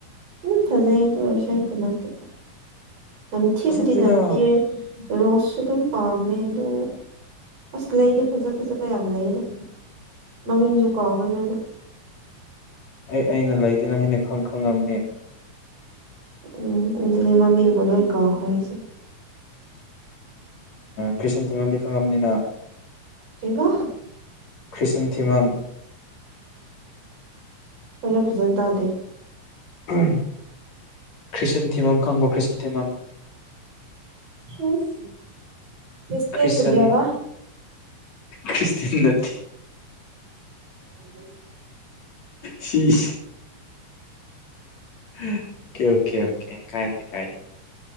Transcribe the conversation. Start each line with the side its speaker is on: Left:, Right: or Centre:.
Right: ꯎꯝ ꯐꯖꯩ ꯑꯗꯨ ꯑꯣꯏꯔꯁꯨ ꯑꯩꯒꯤꯗꯃꯛꯇꯤ ꯅꯝꯊꯤꯕꯨꯗꯤ
Left: ꯐꯖꯗꯦꯗ
Right: ꯅꯝꯊꯤ ꯔꯣꯁꯁꯨ ꯑꯗꯨꯝ ꯄꯥꯝꯃꯦ ꯑꯗꯣ ꯑꯁ ꯂꯩꯗꯤ ꯐꯖ ꯐꯖ ꯃꯌꯥꯝꯅꯩꯌꯦꯗ ꯃꯃꯤꯡꯁꯨ ꯀꯥꯎꯈ꯭ꯔ ꯂꯣꯏꯅ
Left: ꯑꯩ ꯑꯩꯅ ꯂꯩꯗꯤ ꯅꯪꯉꯅ ꯈꯪ ꯈꯪꯉꯕꯅꯦ
Right: ꯎꯝ ꯑꯗꯨ ꯑꯗꯨꯗꯤ ꯃꯃꯤꯡꯕꯨ ꯂꯣꯏ ꯀꯥꯎꯈ꯭ꯔꯦ ꯑꯩꯁꯨ
Left: ꯀ꯭ꯔꯤꯁꯟ ꯊꯤꯡꯉꯝꯗꯤ ꯈꯪꯉꯥꯕꯅꯤꯅ
Right: ꯀꯩꯕ
Left: ꯀ꯭ꯔꯤꯁꯟ ꯊꯤꯃꯝ
Right: ꯐꯔ ꯐꯖꯅ ꯇꯥꯗꯦ
Left: ꯎ ꯈ꯭ꯔꯤꯁꯟ ꯊꯤꯃꯝ ꯈꯪꯕ ꯈ꯭ꯔꯤꯁꯟ ꯊꯤꯃꯝ
Right: ꯍꯁ ꯀ꯭ꯔꯤꯁꯇꯦꯟ
Left: ꯈ꯭ꯔꯤꯁꯟ
Right: ꯀꯔꯤꯑꯕ
Left: ꯈ꯭ꯔꯤꯁꯇꯤꯟ ꯅꯠꯇꯦ
Right: ꯎꯝ ꯎꯝ
Left: ꯁꯤꯦꯁ ꯑꯣꯀꯦ ꯑꯣꯀꯦ ꯑꯣꯀꯦ ꯀꯥꯏꯗꯦ ꯀꯥꯏꯗꯦ